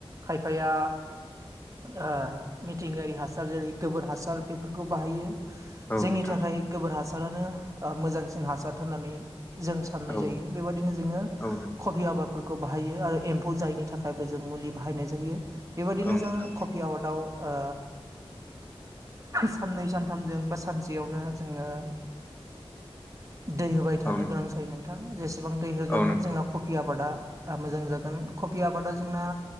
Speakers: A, on the right; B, on the left.
A: खायफाया ओ मिथिंगायारि हासार जेरै- गोबोर हासार बेफोरखौ बाहायो। जोंनि
B: औ नोंथां
A: थाखाय गोबोर हासारानो ओ मोजांसिन हासार होननानै जों साननाय
B: औ
A: जायो बेबायदिनो जोङो
B: औ नों
A: कफि आबादफोर खौ बाहायो आरो एम्फौ जायैनि थाखायबो जों मुलि बाहायनाय जायो बेबायदिनो
B: औ नोंथां
A: जों कफि आबादाव ओ साननै सानथामजों बा सानसेयावनो जोङो दै होबाय थानो
B: औ नोंथां औ
A: गोनां जायो नोंथां जेसेबां दै होगोन
B: औ
A: जोंना कफि आबादा ओ मोजां जागोन कफि आबादा जोंना